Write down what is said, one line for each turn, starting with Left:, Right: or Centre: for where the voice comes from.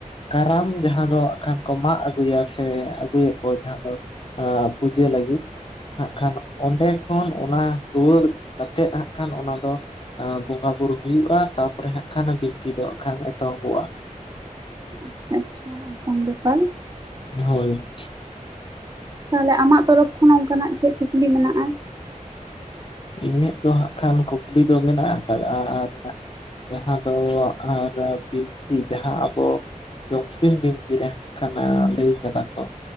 Left: ᱠᱟᱨᱟᱢ ᱡᱟᱦᱟᱸ ᱫᱚ ᱠᱷᱟᱱ ᱠᱚ ᱢᱟᱜ ᱟᱹᱜᱩᱭᱟ ᱥᱮ ᱟᱹᱜᱩᱭᱟᱠᱚ ᱡᱟᱦᱟᱸ ᱫᱚ, ᱯᱩᱡᱟᱹ ᱞᱟᱹᱜᱤᱫ ᱦᱟᱜ ᱠᱷᱟᱱ ᱚᱸᱰᱮ ᱠᱷᱚᱱ ᱚᱱᱟ ᱨᱩᱣᱟᱹᱲ ᱠᱟᱛᱮᱫ ᱦᱟᱸᱜ ᱠᱷᱟᱱ ᱚᱱᱟ ᱫᱚ, ᱮ ᱵᱚᱸᱜᱟᱼ ᱵᱩᱨᱩ ᱦᱩᱭᱩᱜᱼᱟ ᱛᱟᱨᱯᱚᱨᱮ ᱦᱟᱜ ᱠᱷᱟᱱ ᱵᱤᱱᱛᱤ ᱫᱚ ᱠᱷᱟᱱ ᱮᱛᱚᱦᱚᱵᱚᱜᱼᱟ᱾
Right: ᱟᱪᱪᱷᱟ ᱟᱪᱪᱷᱟ ᱚᱱᱠᱟᱱ ᱵᱮᱯᱟᱞ
Left: ᱦᱳᱭ,
Right: ᱛᱟᱦᱞᱮ ᱟᱢᱟᱜ ᱛᱚᱨᱚᱯ ᱠᱷᱚᱱᱟᱜ ᱚᱱᱠᱟᱱᱟᱜ ᱪᱮᱫ ᱠᱩᱠᱞᱤ ᱢᱮᱱᱟᱜᱼᱟ᱾
Left: ᱤᱧᱟᱹᱜ ᱫᱚ ᱦᱟᱸᱜ ᱠᱷᱟᱱ ᱠᱩᱠᱞᱤ ᱫᱚ ᱢᱮᱱᱟᱜ ᱟᱠᱟᱫᱼᱟ ᱟᱨ, ᱡᱟᱦᱟᱸ ᱫᱚ ᱟᱨ ᱵᱤᱱᱛᱤ ᱡᱟᱦᱟᱸ ᱟᱵᱚ ᱡᱚᱢᱥᱤᱢ ᱵᱤᱱᱛᱤ ᱨᱮ ᱠᱷᱟᱱᱟ ᱞᱟᱹᱭ ᱠᱟᱫᱟ ᱠᱚ,